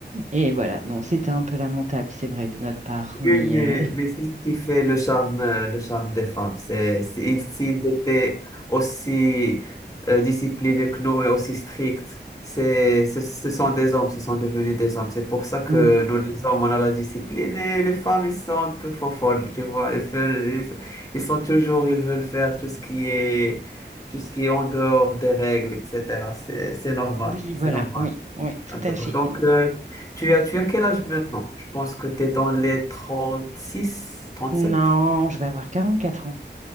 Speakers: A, on the right; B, on the left.
A: Et voilà, non, c'était un peu lamentable, c'est vrai, de notre part. Mais
B: Oui, mais,
A: euh,
B: mais c'est ce qui fait le charme, euh, le charme des femmes. C'est, c'est- s'ils étaient aussi euh, disciplinés que nous et aussi stricts, c'est, ce ce sont des hommes, ce sont devenus des hommes. C'est pour ça que
A: mm,
B: nous, les hommes, on a la discipline et les femmes, ils sont un peu folles, tu vois. Ils, veulent- ils ils sont toujours, ils veulent faire tout ce qui est, tout ce qui est en dehors des règles, etc. C'est, c'est
A: <laughs>
B: normal,
A: oui,
B: c'est
A: voilà,
B: normal.
A: oui, oui, tout
B: D'accord.
A: à fait.
B: Donc, euh, tu as, tu as quel âge maintenant? Je pense que tu es dans les trente-six, trente-sept
A: Non, je vais avoir 44 ans.